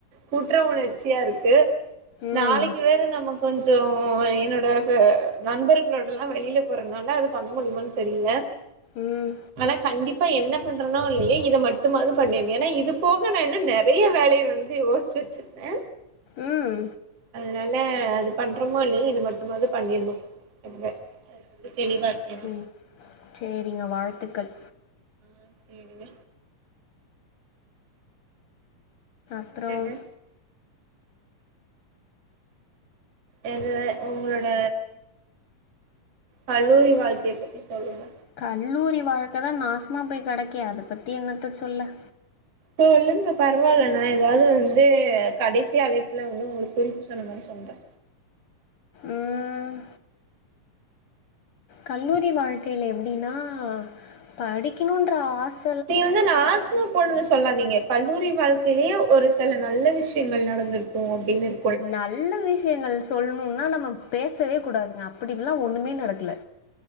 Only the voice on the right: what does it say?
குற்ற உணர்ச்சியா இருக்கு
நாளைக்கு வேற நம்ம கொஞ்சோ என்னோட அ நண்பர்களோடல்லா வெளில போறனால அது பண்ண முடியுமான் தெரியில
ஆனா கண்டிப்பா என்ன பண்றனோ இல்யோ இத மட்டும்மாவ்து பண்ணிட்ன் ஏனா இது போக நா இன்னு நெறய வேலைய வந் து யோஸ்ச்சு வெச்சிர்ந்தே
அதனால அது பண்றோமோ இல்லிய இது மட்டுமாவ்து பண்ணிட்ணு ரொம்ப தெளிவா இருக்கேனா
அ சேரிங்க
வேற என்ன எத உங்களோட கல்லூரி வாழ்க்கிய பத்தி சொல்லுங்க
சொல்லுங்க பரவால்ல நா எதாவ்து வந்து கடைசி அழைப்புல வந்து உங்களுக் குறிப்பு சொன்ன மாரி சொல்றே
நீ வந்து நாசம போனது சொல்லாதீங்க கல்லூரி வாழ்க்கையிலேயே ஒரு செல நல்ல விஷ்யங்கள் நடந்திருக்கு அப்டின் இரு